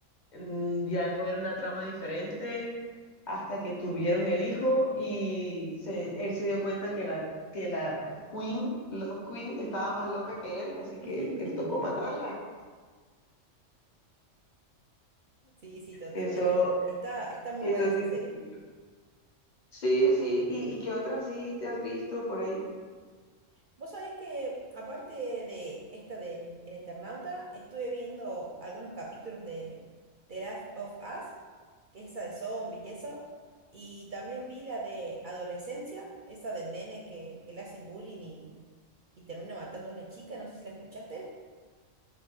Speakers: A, on the left; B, on the right.
A: mm, ya no era una trama diferente hasta que tuvieron el hijo y se, él se dio cuenta que la, que la Queen, Love Queen, estaba más loca que él, así que
B: <laughs>
A: él tocó matarla.
B: Sí, sí, totalmente.
A: Eso,
B: Está, está muy
A: eso
B: buena esa
A: sí.
B: serie.
A: Sí, sí. ¿Y, y qué otra sí te has visto por ahí?
B: Vos sabés que, aparte de esta de El Eternauta, estuve viendo algunos capítulos de The Last of Us, que es esa de zombies y eso, y también vi la de Adolescencia, esa del nene que, que le hacen bullying y, y termina matando a una chica, no sé si la escuchaste.